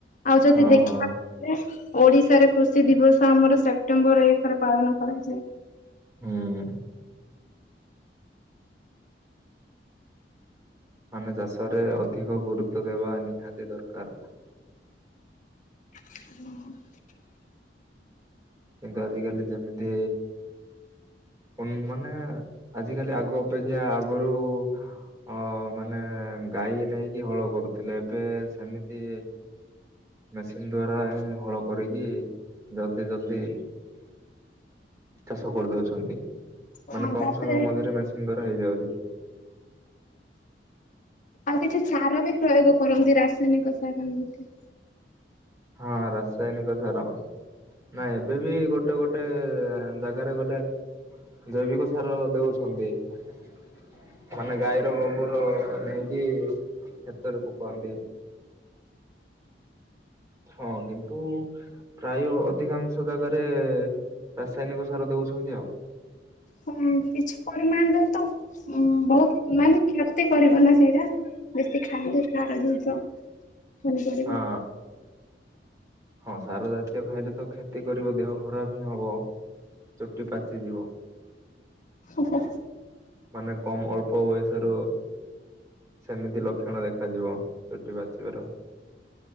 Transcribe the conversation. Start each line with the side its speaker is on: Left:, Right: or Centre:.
Left: ଆଉ ଯଦି
Right: ହଁ
Left: ଦେଖିବାକୁ
Right: ହଁ
Left: ଗଲେ ଓଡ଼ିଶାରେ କୃଷି ଦିବସ ଆମର ସେପ୍ଟେମ୍ବର ଏକରେ ପାଳନ କରାଯାଏ।
Right: ହୁଁ। ମାନେ ଚାଷରେ ଅଧିକ ଗୁରୁତ୍ୱ ଦେବା ନିହାତି ଦରକାର।
Left: ହ
Right: କିନ୍ତୁ ଆଜିିକାଲି ଯେମିତି ଉନ୍ ମାନେ ଆଜିକାଲି ଆଗ ଅପେକ୍ଷା ଆଗରୁ ଅ ମାନେ ଗାଈ ନେଇକି ହଳ କରୁଥିଲେ ଏବେ ସେମିତି ମେସିନ୍ ଦ୍ଵାରା ହଳ କରିକି ଜଲଦି ଜଲଦି ଚାଷ କରିଦଉଛନ୍ତି।
Left: ହଁ
Right: ମାନେ କମ୍
Left: ତାପରେ
Right: ସମୟ ମଧ୍ୟରେ ମେସିନ୍ ଦ୍ଵାରା ହେଇଯାଉଛି।
Left: ଆଉ କିଛି ସାର ବି ପ୍ରୟୋଗ କରନ୍ତି ରାସାୟନିକ ସାର ଏମିତି।
Right: ହଁ ରାସାୟନିକ ସାର ନାଇଁ ଏବେ ଏବେ ବି ଗୋଟେ ଗୋଟେ ଜାଗାରେ ଗଲେ ଜୈବିକ ସାର ଦଉଛନ୍ତି। ମାନେ ଗାଈର ଗୋବର ନେଇକି କିଏ କ୍ଷେତରେ ପକାନ୍ତି। ହଁ କିନ୍ତୁ ପ୍ରାୟ ଅଧିକାଂଶ ଜାଗାରେ ରାସାୟନିକ ସାର ଦେଉଛନ୍ତି ଆଉ।
Left: ହଁ, କିଛି ପରିମାଣରେ ତ ଉଁ ବହୁତ ମାନେ କ୍ଷତି କରିବା ନା ସେଇଟା ବେଶୀ ଖାଇଲେ ସାର ଜିନିଷ। ପନିପରିବା
Right: ହଁ। ହଁ ସାର ଜାତୀୟ ଖାଇଲେ ତ କ୍ଷତି କରିବ ଦେହ ଖରାପ ହିଁ ହବ ଚୁଟି ପାଚିଯିବ।
Left: ହଁ
Right: ମାନେ କମ ଅଳ୍ପ ବୟସରୁ ସେମିତି ଲକ୍ଷଣ ଦେଖାଯିବ ଚୁଟି ପାଚିବାର।